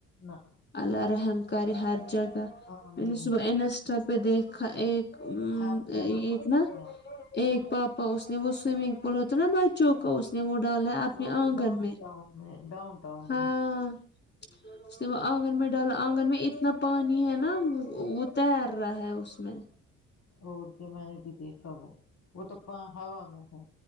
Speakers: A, on the left; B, on the left.
A: نہ
B: اللہ رحم کرے ہر جگہ
A: آمین
B: میں نے صبح انسٹا پہ دیکھ ایک ا
A: ہر جگہ
B: ایک
A: پانی
B: نا
A: ہے
B: ایک پاپا اس نے وہ سوئمنگ پول ہوتا نا بچوں کا اس نے وہ ڈالا ہے اپنے
A: وہ تو
B: آنگن
A: ڈاؤن
B: میں
A: ٹاؤن میں ڈاؤن ٹاؤن
B: ہاں
A: میں
B: اس وہ آنگن میں ڈالا آنگن میں اتنا پانی ہے نا وہ تیر رہا ہے اس میں
A: اور کیا میں نے بھی دیکھا وہ وہ تو پ ہوا میں ہے